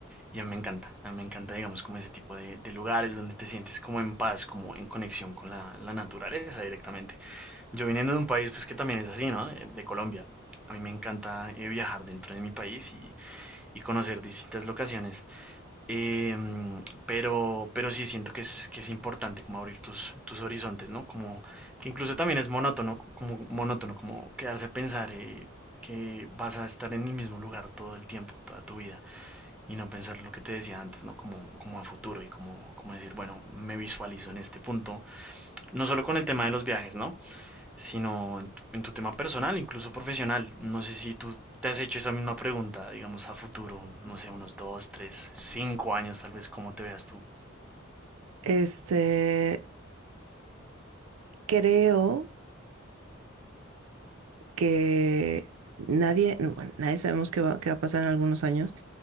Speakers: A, in the centre; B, on the right.
A: Y a mí me encanta, a mí me encanta, digamos, como ese tipo de, de lugares donde te sientes como en paz, como en conexión con la, la naturaleza directamente. Yo viniendo de un país, pues que también es así, ¿no? Eh, De Colombia. A mí me encanta eh, viajar dentro de mi país y, y conocer distintas locaciones Em, pero, pero sí siento que es, que es importante como abrir tus, tus horizontes, ¿no? Como que incluso también es monótono, como monótono, como quedarse a pensar eh, que vas a estar en el mismo lugar todo el tiempo, toda tu vida, y no pensar lo que te decía antes, ¿no? Como, como a futuro y como, como decir, bueno, me visualizo en este punto, no solo con el tema de los viajes, ¿no? sino en tu, en tu tema personal, incluso profesional. No sé si tú te has hecho esa misma pregunta, digamos a futuro, no sé, unos dos, tres, cinco años tal vez, cómo te veas tú.
B: Este, creo que nadie, bueno, nadie sabemos qué va, qué va a pasar en algunos años.